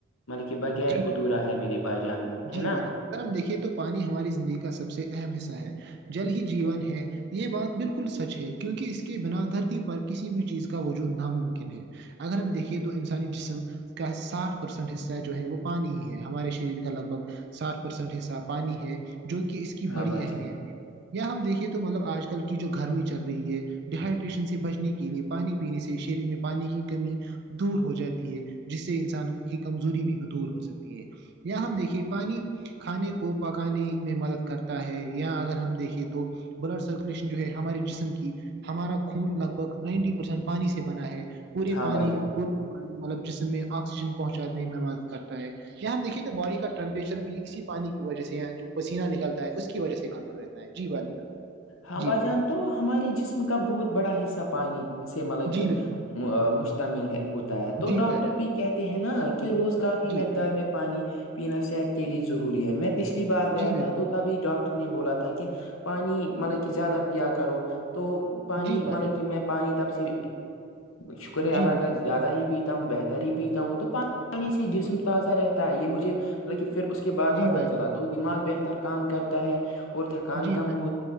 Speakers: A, on the left; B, on the right.
A: کے بغیر
B: جی
A: ادھورا ہے میرے بھائی جان
B: جی
A: ہے نا
B: بھائی جان اگر ہم دیکھے تو پانی ہماری زندگی کا سب سے اہم حصہ ہے جل ہی جیون ہے یہ بات بالکل سچ ہے کیونکہ اس کے بنا دھرتی پر کسی بھی چیز کا کا وجود ناممکن ہے اگر ہم دیکھیے تو انسانی جسم کا ساٹھ پرسینٹ حصہ جو ہے وہ پانی ہی ہے ہمارے شریر کے لگ بھگ سات پرسینٹ حصہ پانی ہے جو کہ اس کی
A: ہاں
B: بڑی
A: بھائی
B: اہمیت
A: جان
B: ہے یا ہم دیکھیے تو مطلب آج کل کی جو گرمی چل رہی ہے ڈہائیڈریشن سے بچنے کے لیے پانی پینے سے شریر میں پانی کی کمی دور ہو جاتی ہے جس سے انسان کی کمزوری بھی دور ہو سکتی ہے یا ہم دیکھیے پانی کھانے کو پکانے میں مدد کرتا ہے یا اگر ہم دیکھے تو بلڈ سرکولیشن جو ہے ہمارے جسم کی ہمارا خون لگ بھگ نائنٹی پرسینٹ پانی سے بنا ہے پورے
A: ہاں
B: پانی
A: بھائی جان
B: پوری مطلب جسم میں آکسیجن پہنچانے میں مدد کرتا ہے یہاں دیکے باڈی کا ٹمپریچر بھی اسی پانی کی وجہ سے ہے جو پسیینہ نکلتا ہے اسی وجہ سے کنٹرول رہتا ہے جی بھائی جان
A: ہاں
B: جی
A: بھائی
B: بالکل
A: جان تو ہمارے جسم کا بہت بڑا حصہ پانی سے مطلب
B: جی
A: کہ
B: بالکل
A: مشتمل ہے ہوتا ہے تو
B: جی
A: ڈاکٹر
B: بھائی جان
A: بھی کہتے ہیں نا کہ روز کافی
B: جی
A: مقدار میں پانی پینا صحت کے لیے ضروری ہے میں پچھلی بار گیا
B: جی بالکل
A: تھا تو تبھی ڈاکٹر نے بولا تھا کہ پانی مطلب کہ زیادہ پیا کرو تو پانی
B: جی بھائی
A: مطلب
B: جان
A: کہ میں پانی تب سے شکریہ
B: جی
A: علا
B: بالکل
A: کاہ زیادہ ہی پیتا ہوں بہتر ت ہی پیتا ہوں تو پانی سے
B: بالکل
A: جسم تازہ رہتا ہے یہ مجھے مطلب کہ پھر اس کے بعد
B: جی
A: پتہ
B: بھائی
A: چلا دماغ بہتر کام کرتا ہے اور تھکان
B: جی
A: کم
B: بھائی
A: ہوتا